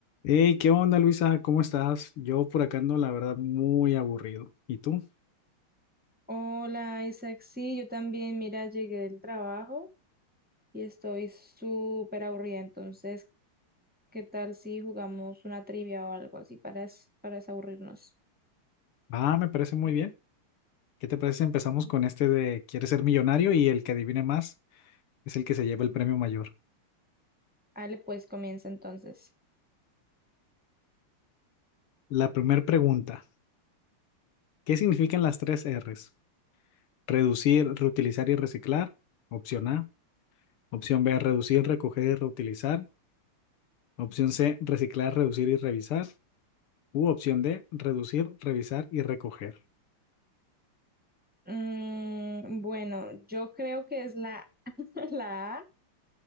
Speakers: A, on the left; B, in the centre.
A: Hey, ¿qué onda, Luisa? ¿Cómo estás? Yo por acá ando, la verdad, muy aburrido. ¿Y tú?
B: Hola Isaac, sí, yo también, mira, llegué del trabajo y estoy súper aburrida, entonces, ¿qué tal si jugamos una trivia o algo así para, des- para desaburrirnos?
A: Ah, me parece muy bien. ¿Qué te parece si empezamos con este de ¿Quieres ser millonario? Y el que adivine más es el que se lleva el premio mayor.
B: Ale, pues comienza entonces.
A: La primera pregunta, ¿qué significan las tres R's? Reducir, reutilizar y reciclar. Opción A. Opción B, reducir, recoger y reutilizar. Opción C, reciclar, reducir y revisar. U opción D, reducir, revisar y recoger.
B: Mm, bueno, yo creo que es la, <laughs> la A.